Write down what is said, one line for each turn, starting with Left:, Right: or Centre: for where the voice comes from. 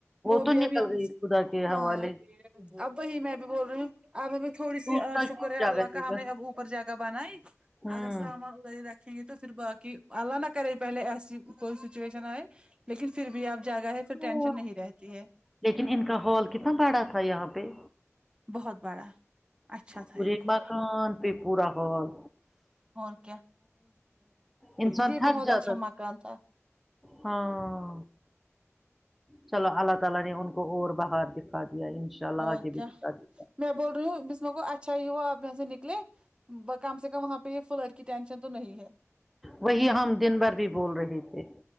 Right: وہ
Centre: تو
Right: بھی
Centre: نکل
Right: اب یہاں
Centre: گئی
Right: سے
Centre: خدا کے حوالے
Right: ہاں اب وہی میں بھی بول رہی ہوں اب ہمیں تھوڑی سی
Centre: دوسرا
Right: شکر
Centre: کیوں
Right: ہے
Centre: جگہ
Right: اللہ
Centre: دے
Right: کا ہم
Centre: گا
Right: نے اب اوپر جگہ بنائی
Centre: ہوں
Right: اگر سامان رکھیں گے تو پھر باقی اللہ نہ کرے پہلے ایسی کوئی سچویشن آئے لیکن فر بھی اب جاگا ہے فر
Centre: ہاں
Right: ٹینشن نہیں رہتی ہے
Centre: لیکن ان کا ہال کتنا بڑا تھا یہاں پہ
Right: بہت بڑا اچھا تھا
Centre: پرایک
Right: ان کو
Centre: مکان پہ پورا ہال
Right: اور کیا
Centre: انسان
Right: یہ
Centre: تھک
Right: بہت
Centre: جاتا
Right: اچھا مکان تھا
Centre: ہاں چلو اللہ تعالی نے ان کو اور بہار دکھا دیا ان شاء اللہ
Right: اور
Centre: آگے
Right: کیا
Centre: بھی دکھا دے
Right: میں بول رہی ہوں بسمہ کو اچھا ہی ہوا آپ یہاں سے نکلے کم سے کم وہاں پہ یہ فلڈ کی ٹینشن تو نہیں ہے
Centre: وہی ہم دن بھر بھی بول رہے تھے